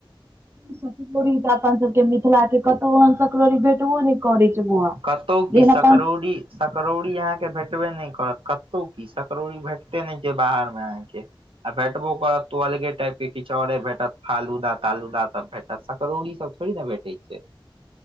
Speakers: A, on the right; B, on the right.
A: सकरौडी तऽ अपन सबके मिथिला के कतौ सकड़ौरी भेटबो ने करै छै बौआ।
B: कतौ
A: जेहन
B: की सकरोडी।
A: अपन
B: सकरोडी अहाँके भेटबे नहि करत कतहु की सकरोड़ी भेटते नहि छै बाहर में अहाँके‌। आ भेटबो करऽ तो अलगे टाइप। किछु आरे भेटत फालूदा तालूदा सब भेटत सकरौड़ी सब थोड़ी ने भेटे छै।